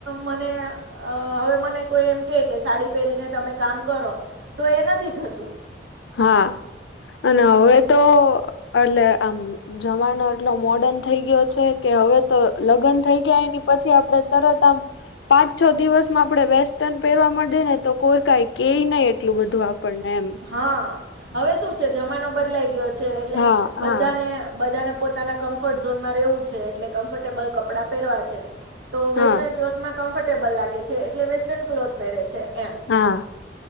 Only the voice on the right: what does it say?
મને હવે મને કોઈ એમ કહે કે સાડી પહેરીને તમે કામ કરો. તો એ નથી થતું.
હા હવે શું છે જમાનો બદલાઈ ગયો છે એટલે
બધાને
બધાને. પોતાના કમ્ફર્ટ ઝોનમાં રહેવું છે એટલે કમ્ફર્ટેબલ કપડાં પહેરવા છે તો
વેસ્ટર્ન ક્લોથમાં. કમ્ફર્ટેબલ લાગે છે એટલે વેસ્ટર્ન ક્લોથ પહેરે છે એમ.